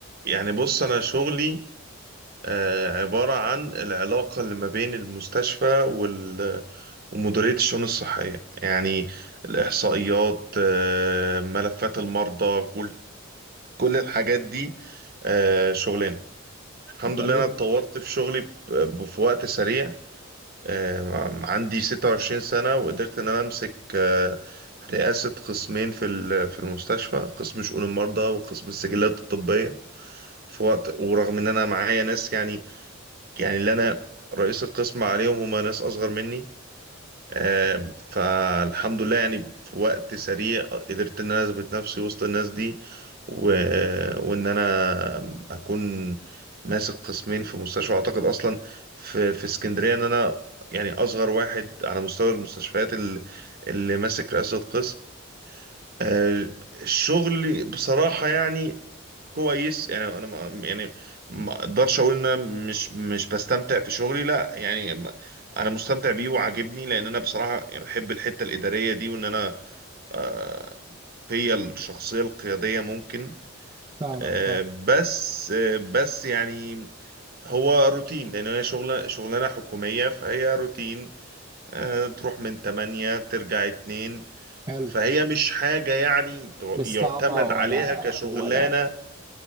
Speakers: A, on the right (about 50°); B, on the right (about 20°).
A: يعني بص انا شغلي آه، عبارة عن العلاقة اللي ما بين المستشفى وال ومديرية الشؤون الصحية يعني الإحصائيات آه، ملفات المرضى كل كل الحاجات دي آه، شغلنا الحمد
B: جميل
A: لله أنا اتطورت في شغلي ب- ب- في وقت سريع آه، عندي 26 سنة وقدرت إن أنا أمسك آه، رئاسة قسمين في ال- في المستشفى قسم شؤون المرضى وقسم السجلات الطبية في وقت ورغم إن أنا معايا ناس يعني يعني اللي أنا رئيس القسم عليهم هما ناس أصغر مني آم، فالحمد لله يعني في وقت سريع قدرت ان انا اثبت نفسي وسط الناس دي و... وان انا اكون ماسك قسمين في مستشفى اعتقد اصلا في في اسكندريه ان انا يعني اصغر واحد على مستوى المستشفيات اللي, اللي ماسك رئاسه قسم آه، الشغل بصراحه يعني كويس يعني انا ما يعني ما اقدرش اقول ان انا مش مش بستمتع في شغلي لا يعني م- انا مستمتع بيه وعاجبني لان انا بصراحه بحب الحته الاداريه دي وان انا آه، فيا الشخصيه القياديه ممكن
B: فاهمك
A: آه،
B: فاهم
A: بس آه، بس يعني هو روتين لان هي شغله شغلانه حكوميه فهي روتين آه، تروح من 8 ترجع 2
B: حلو
A: فهي مش حاجه يعني
B: مش
A: تعتمد
B: صعبه ولا
A: عليها كشغلانه
B: ولا